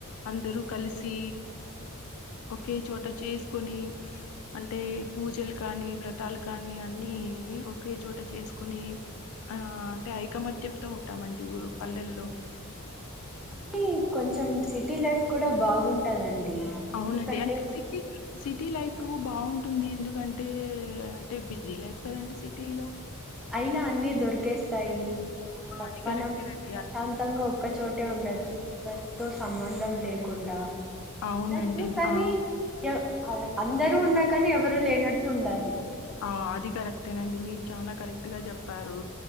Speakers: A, on the left; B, in the centre.
A: అందరూ కలిసి ఒకే చోట చేసుకొని అంటే పూజలు కానీ వ్రతాలు కానీ అ నీ ఒకే చోట చేసుకుని ఆ అంటే ఐకమత్యంతో ఉంటామండి ఊరు పల్లెల్లో
B: కానీ కొంచెం సిటీ లైఫ్ కూడా బాగుంటదండి
A: అవునండి.
B: ఎందుకంటే
A: అంటే సిటీ సిటీ లైఫ్ బాగుంటుంది ఎందుకంటే అంటే బిజీ లైఫ్ కదండి సిటీల్లో
B: అయినా అన్ని దొరికేస్తాయి. ఆ
A: అది
B: మనం
A: కరెక్టేనండి.
B: ప్రశాంతంగా
A: అ
B: ఒక్కచోటే ఉండొచ్చు ఎవర్ తో సంబంధం లేకుండా
A: అవునండి.
B: ఉండొచ్చు కానీ
A: ఆ!
B: ఎవ్ అ అందరు ఉన్నా కానీ ఎవరు లేనట్టు ఉండాలి. సిటీలో
A: ఆ
B: ఉంటే
A: అది కరెక్టేనండి మీరు చానా కరెక్ట్ గా చెప్పారు